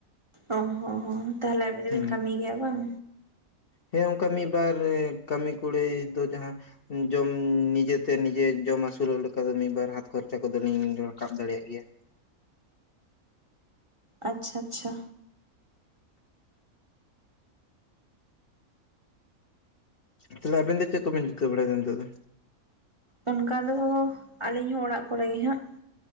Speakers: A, on the right (about 25°); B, on the left (about 45°).
A: ᱚ ᱦᱚᱸ ᱛᱟᱦᱞᱮ ᱟᱵᱤᱱ ᱫᱚᱵᱤᱱ
B: ᱦᱮᱸ
A: ᱠᱟᱹᱢᱤ ᱜᱮᱭᱟ ᱵᱟᱝ?
B: ᱦᱮᱸ ᱚᱱᱠᱟ ᱢᱤᱫ ᱵᱟᱨ ᱠᱟᱹᱢᱤ ᱠᱩᱲᱟᱹᱭ ᱫᱚ ᱡᱟᱦᱟᱸ ᱡᱚᱢ ᱱᱤᱡᱮᱛᱮ ᱱᱤᱡᱮ ᱡᱚᱢ ᱟᱹᱥᱩᱞᱚᱜ ᱞᱮᱠᱟ ᱫᱚ ᱢᱤᱫᱵᱟᱨ ᱦᱟᱛ ᱠᱷᱚᱨᱪᱟ ᱠᱚᱫᱚᱞᱤᱧ ᱨᱟᱠᱟᱵ ᱫᱟᱲᱮᱭᱟᱜ ᱜᱮᱭᱟ᱾
A: ᱟᱪᱪᱷᱟ ᱟᱪᱪᱷᱟ᱾
B: ᱛᱟᱞᱦᱮ ᱟᱵᱤᱱ ᱫᱚ ᱪᱮᱫ ᱠᱚᱵᱤᱱ ᱪᱤᱠᱟᱹ ᱵᱟᱲᱟᱭ ᱫᱟ ᱱᱤᱛᱚᱜ ᱫᱚ?
A: ᱚᱱᱠᱟ ᱫᱚ ᱟᱞᱤᱧ ᱦᱚᱸ ᱚᱲᱟᱜ ᱠᱚᱨᱮᱜ ᱜᱮ ᱦᱟᱸᱜ᱾